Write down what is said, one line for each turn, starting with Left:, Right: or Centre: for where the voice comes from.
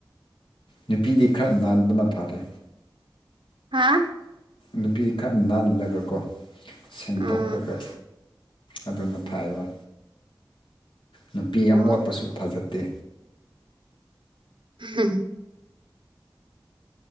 Left: ꯅꯨꯄꯤꯗꯤ ꯈꯔ ꯅꯥꯟꯕꯅ ꯐꯔꯦ
Right: ꯍꯥ
Left: ꯅꯨꯄꯤ ꯈꯔ ꯅꯥꯜꯂꯒꯀꯣ ꯁꯦꯡꯗꯣꯛꯑꯒ
Right: ꯎꯝ
Left: ꯑꯗꯨꯅ ꯐꯩꯕ ꯅꯨꯄꯤ
Right: ꯑꯣ
Left: ꯑꯃꯣꯠꯄꯁꯨ ꯐꯖꯠꯦ ꯠꯇꯦ
Right: ꯍꯝ